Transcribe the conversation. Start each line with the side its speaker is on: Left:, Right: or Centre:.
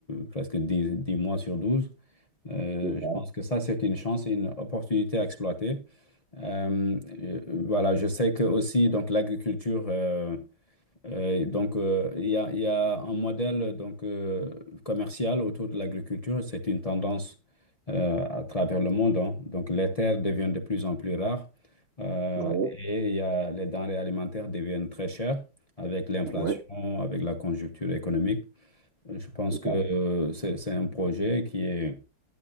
Left: presque 10 10 mois sur 12. Euh,
Right: ça.
Left: je pense que ça, c'est une chance, et une opportunité à exploiter. Euh, euh, voilà, je sais que aussi, donc, l'agriculture. euh, euh, donc, euh, il y a, il y a un modèle donc, euh, commercial autour de l'agriculture. C'est une tendance euh, à travers le monde. hein. Donc, les terres deviennent de plus en plus rares euh,
Right: Ouais,
Left: et il y a, les denrées alimentaires deviennent très chères avec l'inflation,
Right: ouais,
Left: avec la conjoncture économique. Je pense
Right: c'est
Left: que
Right: ça.
Left: euh, c'est, c'est un projet qui est,